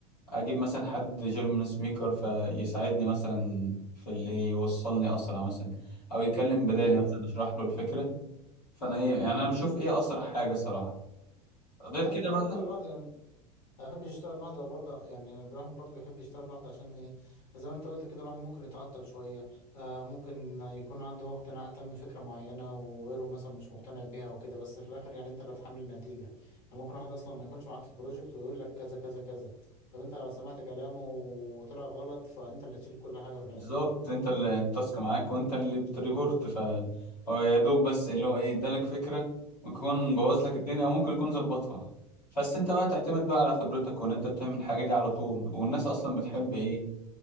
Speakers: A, on the left (about 85°); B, on the left (about 55°).
A: اجيب مثلا حد جيرمان سبيكر فيساعدني مثلا في اللي يوصلني اسرع مثلا او يتكلم بدالي
B: أيوة
A: مثلا اشرح له الفكره فانا ايه يعني انا بشوف ايه اسرع حاجه صراحه غير
B: آه،
A: كده
B: أنت برضه
A: بقى
B: لوحدي يعني ما بحبش أشتغل لوحدي وبرضه يعني الواحد برضه بيحب يشتغل لوحده عشان إيه زي ما أنت قلت كده الواحد ممكن يتعطل شوية آه ممكن يكون عنده هو اقتناع تام بفكرة معينة وغيره مثلا مش مقتنع بيها أو كده بس في الآخر يعني أنت اللي هتحمل النتيجة يعني ممكن واحد أصلا ما يكونش معاك في البروجكت ويقول لك كذا كذا كذا طب أنت لو سمعت كلامه وطلع غلط فأنت اللي تشيل كل حاجة في
A: بالظبط
B: الآخر
A: انت اللي التاسك معاك وانت اللي بتريبورت فهو يا دوب بس اللي هو ايه ادالك فكره ممكن يكون بوظ
B: مم.
A: لك الدنيا او ممكن يكون ظبطها بس انت بقى تعتمد بقى على خبرتك وان انت بتعمل الحاجه دي على طول والناس اصلا بتحب
B: مم.
A: ايه